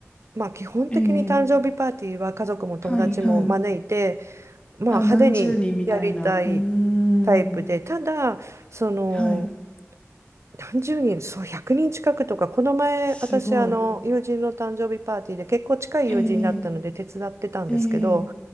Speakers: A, on the right; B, on the left.
A: まあ、基本的に誕生日パーティーは家族も友達も招いて、
B: ええはいはい。
A: まあ、
B: あ、
A: 派手にやりたい
B: 何十人みたいな。うーん。
A: タイプで、ただその。
B: はい。
A: 何十人、そう、100人近くとか、この前、
B: すごい。
A: 私、あの、友人の誕生日パーティーで結構近い友人だったので手伝ってたんですけど、
B: ええええ